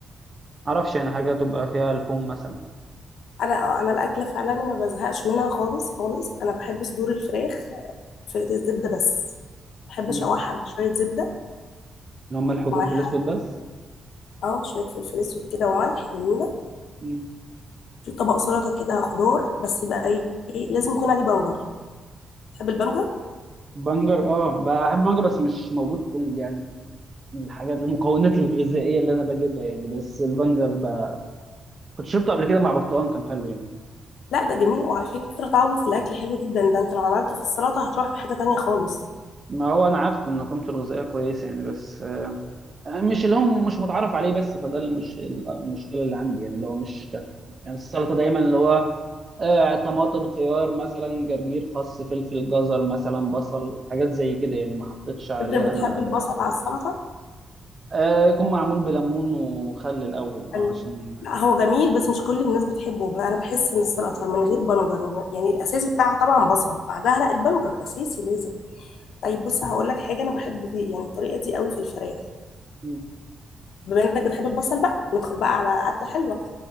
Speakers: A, on the right; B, on the left.
A: معرفش يعني حاجه تبقى فيها لحوم مثلا
B: أنا اه أنا الأكلة فعلا ما بزهقش منها خالص خالص أنا بحب صدور الفراخ في الزبدة بس بحب
A: امم
B: أشوحها بشوية زبدة
A: لو ملح وفلفل
B: ومعاها
A: اسود بس
B: اه شوية فلفل أسود كده وملح جميلة
A: امم
B: في طبق سلطة كده خضار بس يبقى إيه إيه، لازم يكون عليه بنجر تحب البنجر؟
A: بنجر اه بحب بنجر بس مش موجود في ال... يعني الحاجات المكونات الغذائيه اللي انا بجيبها يعني بس البنجر ب... كنت شربته قبل كده مع برتقال كان حلو يعني
B: لا ده جميل وعلى فكرة طعمه في الأكل حلو جدا ده أنت لو عملته في السلطة هتروح في حتة تانية خالص
A: ما هو انا عارف ان قيمته الغذائيه كويسه يعني بس مش اللي هو مش متعرف عليه بس فده المش... المشكله اللي عندي يعني اللي هو مش كت... يعني السلطه دايما اللي هو آه طماطم خيار مثلا جرجير خس فلفل جزر مثلا بصل حاجات زي كده يعني ما حطيتش عليها
B: انت بتحب
A: انا
B: البصل على السلطه
A: آه يكون معمول بليمون وخل الاول اه
B: ال-
A: عشان
B: لا هو جميل بس مش كل الناس بتحبه بقى انا بحس ان السلطه من غير بنجر ومن- يعني الاساسي بتاعها طبعا بصل بعدها لا البنجر اساسي لازم طيب بص هقول لك حاجه انا بحب فيه يعني الطريقه دي قوي في الفراخ
A: مم.
B: بما انك بتحب البصل بقى ندخل بقى على اكله حلوه